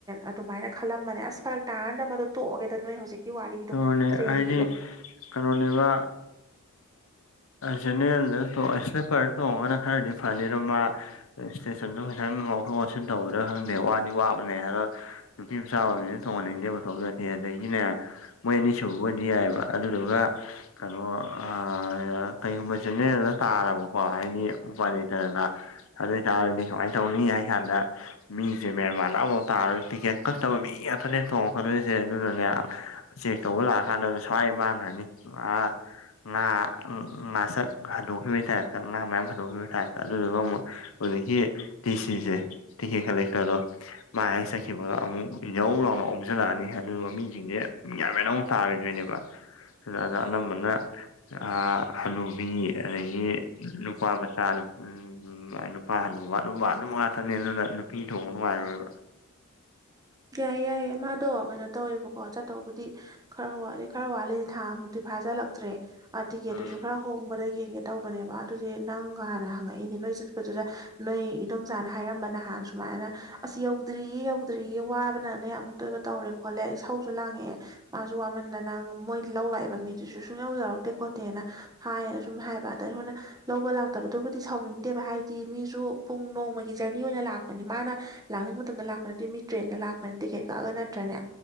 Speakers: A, on the right; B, on the left.
A: ꯑꯗꯨꯃꯥꯏꯅ ꯈꯜꯂꯝꯕꯅꯦ ꯑꯁ ꯐꯔꯛ ꯇꯥꯔꯥꯟꯅ ꯃꯗꯨꯣ ꯇꯣꯛꯑꯒꯦꯗꯣ ꯅꯣꯏ ꯍꯧꯖꯤꯛ ꯋꯥꯔꯤꯗꯣ
B: ꯎꯝ ꯑꯗꯨꯅꯦ
A: ꯇ꯭ꯔꯦꯟꯒꯤꯗꯣ
B: ꯍꯥꯏꯗꯤ ꯀꯩꯅꯣꯅꯦꯕ ꯖꯦꯅꯦꯔꯦꯜꯗ ꯇꯣꯡꯉ ꯏꯁꯤꯂꯤꯄꯔ ꯇꯣꯡꯉꯗꯤ ꯈꯔꯗꯤ ꯐꯅꯤ ꯃꯥ ꯏꯁꯇꯦꯁꯟꯗ ꯈꯤꯇꯪ ꯉꯥꯎꯊꯣꯛ ꯉꯥꯎꯁꯤꯟ ꯇꯧꯒꯗꯔꯗꯤ ꯈꯪꯗꯦ ꯋꯥꯗꯤ ꯋꯥꯕꯅꯦ ꯑꯗꯣ ꯅꯨꯄꯤ ꯃꯆꯥ ꯑꯣꯏꯕꯅꯤꯅ ꯇꯣꯡꯍꯟꯅꯤꯡꯗꯦ ꯃꯇꯣꯝꯗꯗꯤ ꯑꯗꯒꯤꯅꯦ ꯃꯣꯏ ꯑꯅꯤꯁꯨꯕꯣꯏꯗꯤ ꯌꯥꯏꯕ ꯑꯗꯨꯗꯨꯒ ꯑꯗꯣ ꯑꯥ ꯀꯩꯒꯨꯝꯕ ꯖꯦꯅꯦꯔꯦꯜꯗ ꯇꯥꯔꯕꯀꯣ ꯍꯥꯏꯗꯤ ꯎꯄꯥꯏ ꯂꯩꯇꯗꯅ ꯑꯗꯨ ꯑꯣꯏꯇꯥꯔꯗꯤ ꯀꯨꯃꯥꯏꯅ ꯇꯧꯅꯤ ꯍꯥꯏꯕ ꯀꯥꯟꯗ ꯃꯤꯁꯦ ꯃꯦꯟꯃꯥꯟꯅ ꯑꯃꯐꯥꯎ ꯇꯥꯔꯣꯏ ꯇꯤꯛꯀꯦꯠ ꯀꯛꯇꯕ ꯃꯤ ꯉꯛꯇꯅꯦ ꯇꯣꯡꯉꯛꯀꯗꯣꯏꯁꯦ ꯑꯗꯨꯅꯅꯦ ꯆꯦꯛ ꯇꯧꯕ ꯂꯥꯛꯑ ꯀꯥꯟꯗꯗ ꯁ꯭ꯋꯥꯏ ꯃꯥꯡꯈ꯭ꯔꯅꯤ ꯑꯥ ꯉꯥ ꯉꯥꯁꯛ ꯍꯟꯗꯣꯛꯈꯤꯕꯒꯤ ꯇꯥꯔꯛꯇ ꯉꯥ ꯃꯌꯥꯝ ꯍꯟꯗꯣꯛꯈꯤꯕꯒꯤ ꯇꯥꯏꯞꯇ ꯑꯗꯨꯗꯨꯒ ꯑꯃꯨꯛ ꯍꯧꯖꯤꯛꯀꯤ ꯇꯤꯁꯤꯁꯦ ꯇꯤꯀꯦꯠ ꯀꯔꯦꯛꯇꯔꯗꯣ ꯃꯥ ꯍꯦꯛ ꯆꯠꯈꯤꯕꯒ ꯑꯃꯨꯛ ꯖꯧ ꯂꯥꯎꯅ ꯑꯣꯝꯁꯤꯜꯂꯛꯑꯅꯤ ꯑꯗꯨꯒ ꯃꯤꯁꯤꯡꯁꯦ ꯌꯥꯝꯃꯦ ꯑꯃꯃꯨꯛ ꯇꯥꯔꯣꯏꯗꯣꯏꯅꯦꯕ ꯑꯗꯨꯗ ꯑꯅꯝꯕꯅ ꯑꯥ ꯍꯅꯨꯕꯤ ꯑꯗꯒꯤ ꯅꯨꯄꯥ ꯃꯆꯥꯅ ꯎꯝ ꯅꯨꯄꯥ ꯍꯟꯗꯕ ꯑꯗꯨꯝ ꯑꯗꯨꯝꯕ ꯉꯥꯛꯇꯅꯦ ꯑꯗꯨꯅ ꯅꯨꯄꯤ ꯇꯣꯡꯕ ꯅꯨꯡꯉꯥꯏꯔꯣꯏꯕ
A: ꯌꯥꯏꯌꯦ ꯌꯥꯏꯌꯦ ꯃꯥꯗꯣ ꯀꯩꯅꯣ ꯇꯧꯋꯦꯕꯀꯣ ꯆꯥꯠꯇꯧꯕꯗꯤ ꯈꯔ ꯋꯥꯠꯂꯤ ꯈꯔ ꯋꯥꯠꯂꯤ ꯊꯥ ꯃꯨꯛꯇꯤ ꯐꯥꯖꯤꯜꯂꯛꯇ꯭ꯔꯦ ꯇꯤꯛꯀꯦꯠꯇꯨꯁꯨ
B: ꯎꯝ
A: ꯈꯔ ꯍꯣꯡꯕꯗ ꯌꯦꯡꯒꯦ ꯇꯧꯕꯅꯦꯕ ꯑꯗꯨꯗꯤ ꯅꯪꯒ ꯍꯥꯟꯅ ꯍꯪꯉꯛꯏꯅꯦ ꯅꯣꯏ ꯆꯠꯄꯗꯨꯗ ꯅꯣꯏ ꯏꯗꯣꯝꯆꯥꯅ ꯍꯥꯏꯔꯝꯕ ꯅꯍꯥꯟ ꯁꯨꯃꯥꯏꯅ ꯇꯧ ꯑꯁ ꯌꯧꯗ꯭ꯔꯤꯌꯦ ꯌꯧꯗ꯭ꯔꯤꯌꯦ ꯋꯥꯕꯅꯅꯦ ꯑꯃꯨꯛꯇ ꯑꯣꯏꯕ ꯇꯧꯔꯦ ꯈꯣꯠꯂꯦ ꯏꯁꯧꯖꯨ ꯂꯥꯡꯉꯛꯑꯦ ꯃꯥꯖꯨ ꯋꯥꯃꯟꯗꯅ ꯃꯣꯏ ꯂꯧ ꯂꯥꯛꯏꯕ ꯃꯤꯗꯨꯁꯨ ꯁꯨꯡꯌꯧ ꯌꯧꯔꯛꯇꯦ ꯈꯣꯠꯇꯦꯅ ꯍꯥꯏꯌꯦꯅ ꯁꯨꯝ ꯍꯥꯏꯕ ꯑꯗ ꯑꯩꯈꯣꯏꯅ ꯂꯧꯕ ꯂꯥꯛꯇꯕꯗꯨꯕꯨꯗꯤ ꯁꯥꯎꯅꯤꯡꯗꯦꯕ ꯍꯥꯏꯗꯤ ꯃꯤꯖꯨ ꯄꯨꯡ ꯅꯣꯡꯃꯒꯤ ꯖꯔꯅꯤ ꯑꯣꯏꯅ ꯂꯥꯛꯄꯅꯤ ꯃꯥꯅ ꯂꯥꯛꯅꯤꯡꯕ ꯃꯇꯝꯗ ꯂꯥꯛꯄ ꯅꯠꯇꯦ ꯃꯤꯖꯨ ꯇ꯭ꯔꯦꯟꯗ ꯂꯥꯛꯄꯅ ꯇꯤꯛꯀꯦꯠ ꯀꯛꯑꯒ ꯅꯠꯇ꯭ꯔꯅꯦ